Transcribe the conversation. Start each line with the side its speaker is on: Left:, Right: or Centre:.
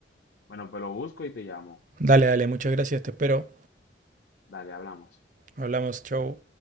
Left: Bueno, pues lo busco y te llamo.
Right: Dale, dale, muchas gracias, te espero.
Left: Dale, hablamos.
Right: Hablamos, chau.